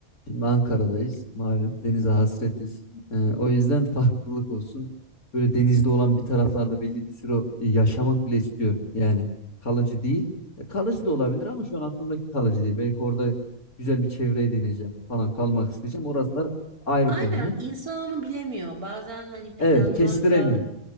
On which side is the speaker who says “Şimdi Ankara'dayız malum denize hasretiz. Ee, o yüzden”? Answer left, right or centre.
Left